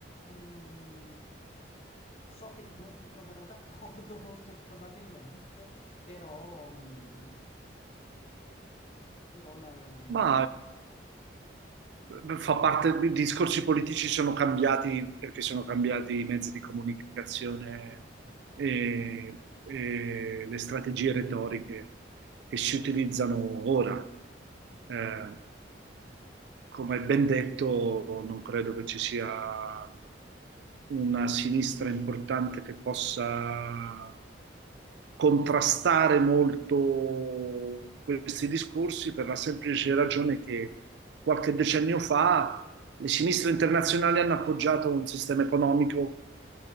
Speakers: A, on the left; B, on the right.
A: Mm, so che non ti troverò d'accordo <laughs> molto probabilmente, però, mm, mm, però la, mm,
B: Ma eh, fa parte, i discorsi politici sono cambiati perché sono cambiati i mezzi di comunicazione e, e le strategie retoriche che si utilizzano ora. Eh, come ben detto, non credo che ci sia una sinistra importante che possa contrastare molto questi discorsi per la semplice ragione che qualche decennio fa le sinistre internazionali hanno appoggiato un sistema economico